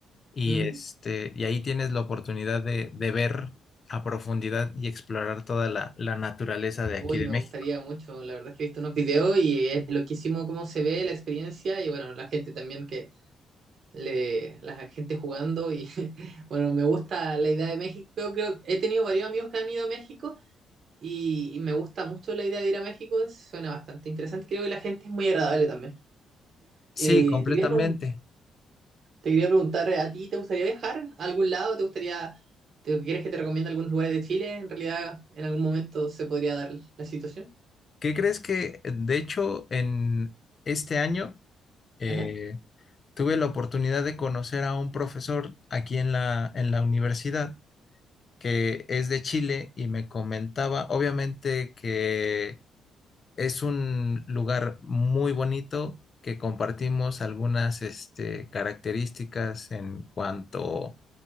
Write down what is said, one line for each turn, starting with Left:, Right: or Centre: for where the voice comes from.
Left: y
Right: Ujú.
Left: este, y ahí tienes la oportunidad de, de ver a profundidad y explorar toda la, la naturaleza de aquí
Right: Uy,
Left: de
Right: me
Left: México.
Right: gustaría mucho. La verdad es que he visto unos videos y es loquísimo cómo se ve la experiencia y bueno, la gente también que le- la gente jugando y <laughs> bueno, me gusta la idea de México. Creo, creo- he tenido varios amigos que han ido a México y, y me gusta mucho la idea de ir a México, suena bastante interesante. Creo que la gente es muy agradable también. Eh,
Left: Sí, completamente.
Right: te quería preguntar, Te quería preguntar, ¿a ti te gustaría viajar a algún lado? ¿Te gustaría, te, quieres que te recomiende algunos lugares de Chile? En realidad, en algún momento se podría dar la situación.
Left: ¿Qué crees que, de hecho, en este año eh,
Right: Ajá.
Left: tuve la oportunidad de conocer a un profesor aquí en la, en la universidad que es de Chile y me comentaba, obviamente, que es un lugar muy bonito, que compartimos algunas este, características en cuanto